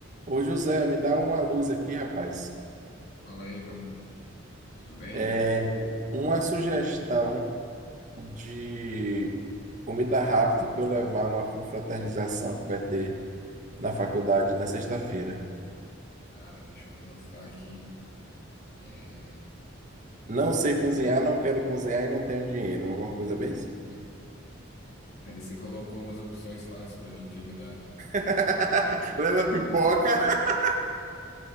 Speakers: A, on the right (about 40°); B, on the left (about 55°).
A: Ô José, me dá uma luz aqui, rapaz.
B: Fala aí, Ivan. Tudo bem?
A: É uma sugestão de comida rápida para eu levar numa confraternização que vai ter na faculdade na sexta-feira.
B: Cara, deixa eu pensar aqui. É,
A: Não sei cozinhar, não quero cozinhar e não tenho dinheiro.
B: <laughs>
A: Alguma coisa bem assim.
B: Aí você colocou umas opções fáceis para mim te ajudar, né?
A: <laughs> Leva pipoca. <laughs>